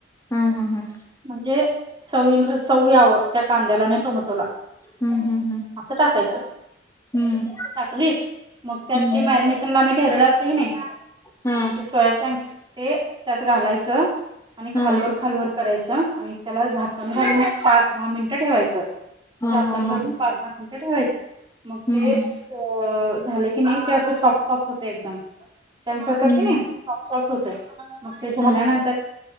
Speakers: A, on the left; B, on the right.
A: हा हा हा.
B: म्हणजे चवी चवी यावं त्या कांद्याला आणि टोमटोला
A: हम्म हम्म हम्म.
B: अस टाकायच
A: हम्म
B: टाकलीच मग त्यात
A: हम्म
B: ते मॅरिनेशन आम ठेवले अस नाही
A: हा
B: ते सोया त्यात घालायच आणि
A: हा
B: खालवर करायच आणि त्याला झाकण घालून पाच दहा मिनिटं ठेवायचं
A: हा
B: झाकण
A: हा हा
B: घालून पाच दहा मिनटं ठेवायचं मग
A: हम्म
B: ते अ झाल कणी नाही ते सॉफ्ट सॉफ्ट होतय एकदम सॉफ्ट
A: हम्म
B: होत आहे मग ते झाल्यानंतर
A: ह